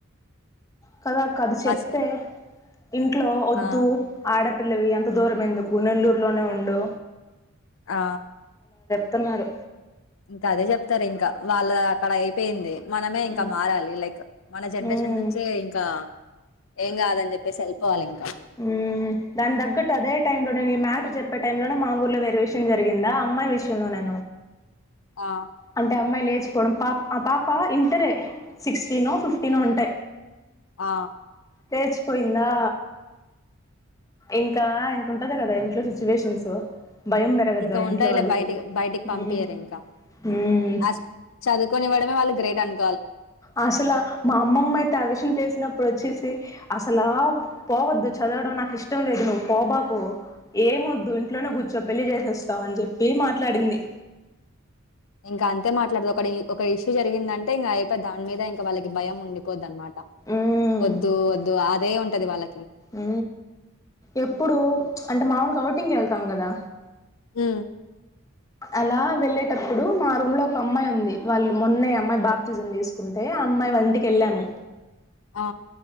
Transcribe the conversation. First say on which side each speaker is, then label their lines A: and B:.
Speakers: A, on the left (about 15°); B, on the left (about 75°).
A: కదాక్క అది చెప్తే
B: మా చె
A: ఇంట్లో వద్దు
B: ఆ
A: ఆడ పిల్లవి అంత దూరం ఎందుకు నెల్లూరులోనే ఉండు
B: ఆ
A: త్తున్నారు
B: ఇంకా అదే చెప్తారు ఇంకా వాళ్ళ అక్కడ అయిపోయింది మనమే ఇంకా
A: మ్మ్
B: మారాలి లైక్ మన జనరేషన్
A: మ్మ్
B: నుంచే ఇంకా ఏం కాదని చెప్పేసి వెళ్ళిపోవాలి ఇంకా
A: ఉ దాని తగ్గట్టు అదే టైమ్ లోనే ఈ మ్యాటర్ చెప్పే టై లోనే మా ఊర్లో వేరె విషయం జరిగిందా అమ్మాయి విషయంలోనే
B: ఆ
A: అంటే అమ్మాయి లేచ్ డం పాప ఆ పాప ఇంటరే సిక్స్టీనో ఫిఫ్టీనో ఉంటాయి
B: ఆ
A: లేచిపోయిందా ఇంకా ఇంకుంటది కదా ఇంట్లో సిచ్యువేషన్స్ భయం పెరగద్దా
B: ఇంకా ఉంటాయి
A: ఇంట్లో వాళ్ళకి
B: లె బయటి బయటికి పంపియరు
A: ఉమ్
B: ఇంకా
A: ఉమ్
B: అ చదువుకొని ఇవ్వడమే వాళ్ళు గ్రేట్ అను
A: అసలు మా అమ్మమ్మ అయితే ఆ విషయం తెలిసినప్పుడు వచ్చేసి అసలా పోవద్దు చదవడం నాకు ఇష్టం లేదు నువ్వు పోబాకు ఏమొద్దు ఇంట్లోనే కూర్ ర్చో పెళ్లి చేసేస్తాం అని చెప్పి మాట్లాడింది
B: ఇంకా అంతే మాట్లాడదు ఒకడి ఒక ఇష్యూ జరిగిందంటే ఇంక అయిపాయ్ దాని మీద ఇంకా వాళ్ళకి భయం ఉండిపోద్ది అనమా ట
A: ఉమ్
B: వద్దు వద్దు అదే ఉంటది వాళ్ళ
A: ఉ ఎప్పుడు అంటే మాములుగా ఔటింగ్ కి వెళ్తాం కదా
B: ఉ
A: అలా వెళ్ళేటప్పుడు మా రూమ్ లో ఒక అమ్మాయి ఉంది వాళ్ళు మొన్నే అమ్మాయి బాప్తిజన్ తీసుకుంటే అమ్మాయి వాళ్ళ ఇంటికెళ్ళాము
B: ఆ